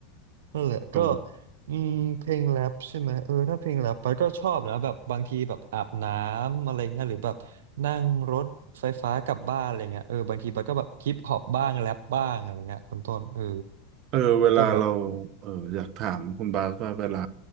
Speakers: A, on the right; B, on the right.
A: นั่นแหละก็
B: อืม
A: อืมเพลงแรปใช่ไหมเออถ้าเพลงแรปไปก็ชอบนะแบบบางทีแบบอาบน้ำอะไรเงี้ยหรือแบบนั่งรถไฟฟ้ากลับบ้านอะไรเงี้ยเออบางทีไปก็แบบฮิปฮอปบ้างแรปบ้างอะไรเงี้ยคุณต้นเออ
B: เออเวลาเรา
A: ก็แบบ
B: เอออยากถามคุณบาสว่าเวลา